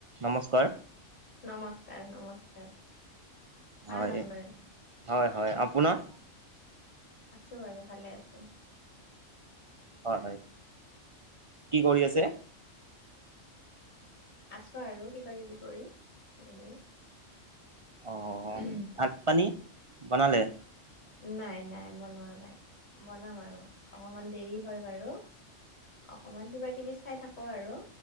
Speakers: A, on the right; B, on the left.
A: নমস্কাৰ।
B: নমস্কাৰ, নমস্কাৰ। ভাল
A: হয়,
B: আপোনাৰ
A: হয় হয়, আপোনাৰ?
B: আছোঁ বাৰু ভালে আছোঁ।
A: হয় হয়, কি কৰি আছে?
B: আছো আৰু কিবা কিবি কৰি, এনেই।
A: অ ভাত পানী, বনালে?
B: নাই নাই বনোৱা নাই, বনাম আৰু, অকমান দেৰি হয় বাৰু। অকমান কিবা কিবি চাই থাকো আৰু,